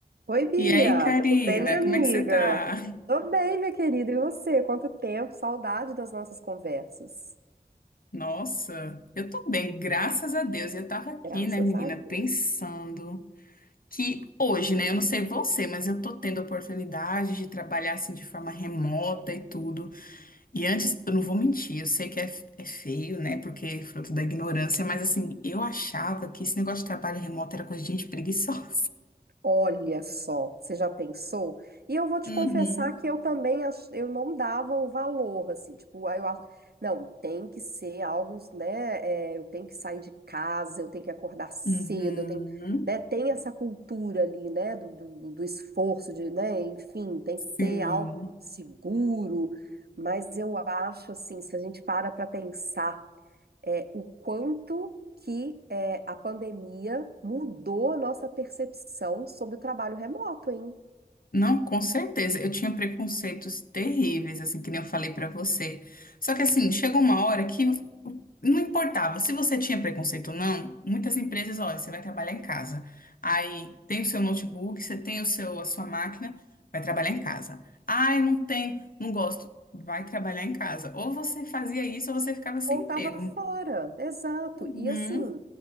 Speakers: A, on the right (about 75°); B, on the left (about 60°).
A: Oi, Bia,
B: E aí, Karina,
A: tudo bem, minha amiga?
B: como é que você tá?
A: Tô bem, minha querida, e você? Quanto tempo? Saudade das nossas conversas.
B: Nossa, eu tô bem, graças a Deus. Eu tava aqui,
A: Graças
B: né, menina,
A: a Deus.
B: pensando que hoje, né, eu não sei você, mas eu tô tendo a oportunidade de trabalhar assim de forma remota e tudo. E antes, eu não vou mentir, eu sei que é, é feio, né, porque é fruto da ignorância, mas assim, eu achava que esse negócio de trabalho remoto era coisa de gente preguiçosa.
A: Olha só, você já pensou? E eu vou te
B: Uhum.
A: confessar que eu também ach... eu não dava o valor, assim, tipo, aí eu acho, não, tem que ser algo, né? é, eu tenho que sair de casa, eu tenho que acordar cedo,
B: Uhum.
A: eu tenho, né? Tem essa cultura ali, né? Do, do, do- do esforço, de, né? Enfim, tem
B: Sim.
A: que ter algo seguro. Mas eu acho assim, se a gente para para pensar é, o quanto que é, a pandemia mudou a nossa percepção sobre o trabalho remoto, hein?
B: Não, com certeza. Eu tinha preconceitos terríveis, assim, que nem eu falei pra você. Só que assim, chegou uma hora que não importava se você tinha preconceito ou não. Muitas empresas, olha, você vai trabalhar em casa. Aí tem o seu notebook, você tem o seu a sua máquina, vai trabalhar em casa. Ai, não tem, não gosto. Vai trabalhar em casa. Ou você fazia isso ou você ficava sem
A: Ou estava
B: emprego.
A: fora, exato.
B: Uhum,
A: E assim,